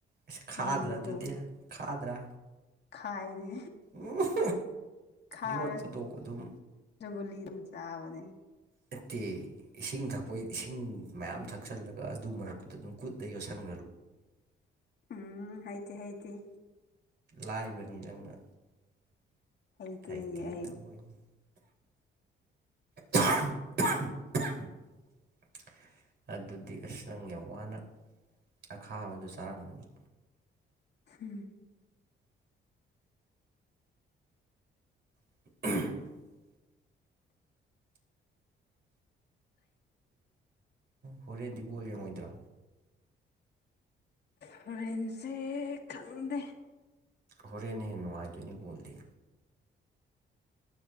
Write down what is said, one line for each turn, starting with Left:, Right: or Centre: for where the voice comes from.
Right: ꯑꯁ ꯈꯥꯗ꯭ꯔꯥ
Left: ꯒꯨꯂꯤꯗꯣ
Right: ꯑꯗꯨꯗꯤ ꯈꯥꯗ꯭ꯔꯥ
Left: ꯈꯥꯏꯅꯦ
Right: ꯎꯝ
Left: ꯈꯥꯔꯁꯨꯒꯨꯂꯤ
Right: ꯌꯣꯠ ꯐꯨꯗꯣꯛꯄ ꯑꯗꯨꯝ
Left: ꯑꯗꯨꯝ ꯆꯥꯕꯅꯦ
Right: ꯅꯠꯇꯦ ꯏꯁꯤꯡ ꯊꯛꯄ ꯏꯁꯤꯡ ꯃꯌꯥꯝ ꯊꯛꯆꯜꯂꯒ ꯑꯗꯨ ꯃꯔꯛꯇꯨꯗ ꯑꯗꯨꯝ ꯀꯨꯠꯇ ꯌꯣꯠꯁꯪꯉ
Left: ꯎꯝ ꯍꯥꯏꯥꯏꯇ ꯍꯥꯏꯥꯏꯇ
Right: ꯂꯥꯏꯕꯅꯤ ꯅꯪꯅ
Left: ꯍꯩꯇꯦ
Right: ꯍꯥꯏꯇꯦꯅ
Left: ꯑꯩ
Right: ꯇꯧꯕꯅꯦ <unintelligible> ꯑꯗꯨꯗꯤ ꯑꯁ ꯅꯪ ꯌꯥꯝ ꯋꯥꯅ ꯑꯈꯥꯕꯗ ꯆꯥꯔꯝꯕꯅꯤ
Left: ꯎꯝ
Right: <unintelligible> ꯍꯣꯔꯦꯗꯤꯕꯣꯜ ꯌꯥ ꯃꯣꯏꯗ꯭ꯔꯥ
Left: ꯐ꯭ꯔꯦꯟꯁꯦ ꯈꯪꯗꯦ
Right: ꯍꯣꯔꯦꯟꯅꯦꯍꯦ ꯅꯨꯡꯉꯥꯏꯗꯣꯏꯅꯦꯕꯣꯜꯗꯤ